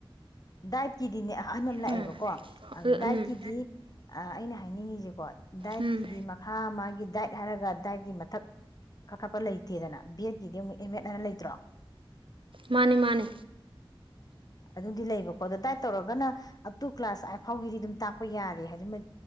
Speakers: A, on the left; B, on the right.
A: ꯗꯥꯏꯠꯀꯤꯗꯤꯅꯦ ꯑꯍꯟ ꯑꯝ ꯂꯥꯛꯑꯦꯕꯀꯣ
B: ꯎꯝ
A: ꯑꯝ ꯗꯥꯏꯠꯀꯤꯗꯤ
B: ꯎꯝ
A: ꯑ ꯑꯩꯅ ꯍꯥꯏꯅꯤꯡꯉꯤꯁꯤꯀꯣ ꯗꯥꯏꯠꯀꯤꯗꯤ
B: ꯎꯝ
A: ꯃꯈꯥ ꯃꯥ ꯒꯤ ꯗꯥꯏꯠ ꯍꯥꯏꯔꯒ ꯗꯥꯏꯠꯀꯤ ꯃꯊꯛ ꯀꯥꯈꯠꯄ ꯂꯩꯇꯦꯗꯅ ꯕꯤ ꯑꯦꯗꯀꯤꯗꯤ ꯑꯃꯨꯛ ꯑꯦꯝ ꯑꯦꯗ ꯍꯥꯏꯅ ꯂꯩꯇ꯭ꯔꯣ
B: ꯃꯥꯅꯦ ꯃꯥꯅꯦ
A: ꯑꯗꯨꯗꯤ ꯂꯩꯕꯀꯣ ꯑꯗꯣ ꯗꯥꯏꯠ ꯇꯧꯔꯒꯅ ꯑꯞ ꯇꯨ ꯀ꯭ꯂꯥꯁ ꯑꯥꯏꯚ ꯐꯥꯎꯒꯤꯗꯤ ꯑꯗꯨꯝ ꯇꯥꯛꯄ ꯌꯥꯔꯦ ꯍꯥꯏꯖꯃ